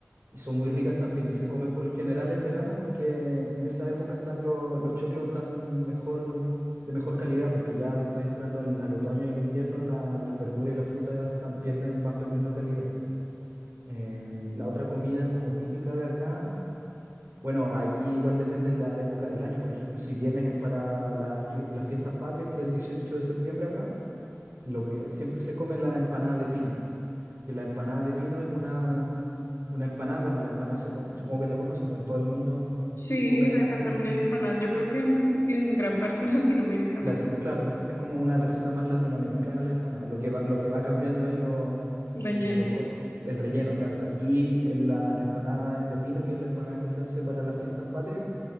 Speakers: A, on the right; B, on the left.
A: y son muy ricas también y se comen por lo general en verano porque en esa época están los, los choclos están mejor, de mejor calidad porque ya después entrando al, al otoño y el invierno la- las verduras y las frutas ya están- pierden, van perdiendo calidad. Em, la otra comida como típica de acá, bueno, aquí igual depende de la época del año. Por ejemplo, si vienes es para las fie- las fiestas patrias, que es el 18 de septiembre acá, lo que siempre se come es la empanada de pino. Que la empanada de pino es una, una empanada, bueno, la empanada se co- supongo que la conoces, pues en todo el mundo
B: Sí,
A: comen empanada,
B: acá también hay empanadas. Yo creo que en, en gran parte de Latinoamérica,
A: Lati-
B: ¿no?
A: claro, es como una receta más latinoamericana la empanada. Lo que va, lo que va cambiando es lo,
B: Relleno.
A: como los, co- el relleno, claro. Aquí en la, la empanada de pino, que es la empanada que se hace para las fiestas patrias,